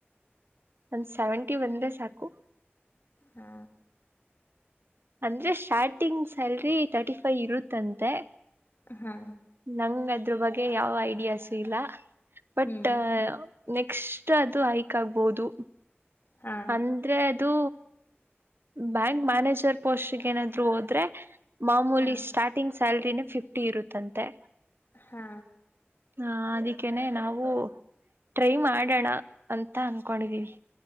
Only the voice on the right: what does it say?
ಒಂದ್ ಸೆವೆಂಟಿ ಬಂದ್ರೆ ಸಾಕು.
ಅಂದ್ರೆ ಸ್ಟಾರ್ಟಿಂಗ್ ಸ್ಯಾಲ್ರಿ ತರ್ಟಿಫೈವ್ ಇರುತ್ತಂತೆ.
ನಂಗ ಅದ್ರ ಬಗ್ಗೆ ಯಾವ ಐಡಿಯಾಸು ಇಲ್ಲ ಬಟ್.
ನೆಕ್ಸ್ಟ್ ಅದು ಹಐಕ್ ಆಗ್ಬಹದು
ಅಂದ್ರೆ ಅದು ಬ್ಯಾಂಕ್ ಮ್ಯಾನೇಜರ್ ಪೋಸ್ಟ್ಗ ಏನಾದ್ರು ಹೋದ್ರೆ ಮಾಮೂಲಿ
ಸ್ಟಾರ್ಟಿಂಗ್ ಸ್ಯಲ್ರಿನ ಫಿಫ್ಟಿ ಇರುತ್ತಂತೆ
ಹ ಅದಕ್ಕೇನೆ ನಾವು ಟ್ರೈ ಮಾಡೋಣ ಅಂತ ಅನ್ಕೊಂಡಿದೀವಿ